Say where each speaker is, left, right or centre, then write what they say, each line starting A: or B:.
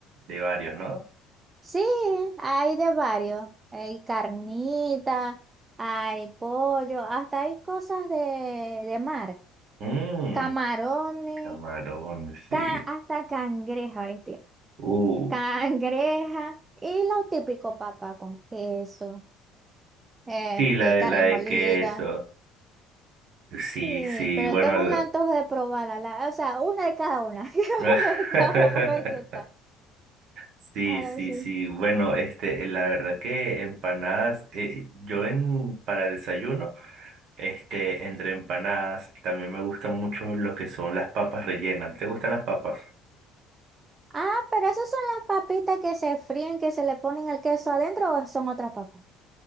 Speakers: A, on the right; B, on the right.
A: de varios, ¿no?
B: Sí, hay de varios, hay carnita, hay pollo, hasta hay cosas de, de mar,
A: Mmm,
B: camarones,
A: camarón, sí.
B: ca- hasta cangreja, este,
A: Uh,
B: cangreja, y lo típico, papá, con queso, este,
A: sí, la de,
B: carne
A: la de
B: molida.
A: queso. Sí,
B: Sí,
A: sí,
B: pero
A: bueno.
B: tengo
A: el-
B: un antojo de probarla. la- o sea, una de cada una. <laughs> Quiero
A: <laughs>
B: una de cada una para ver qué tal.
A: Sí,
B: A ver
A: sí,
B: si.
A: sí. Bueno, este, la verdad que empanadas, eh, yo en para desayuno, este, entre empanadas, también me gustan mucho lo que son las papas rellenas. ¿Te gustan las papas?
B: Ah, pero esas son las papitas que se fríen, que se le ponen el queso adentro o son otras papas.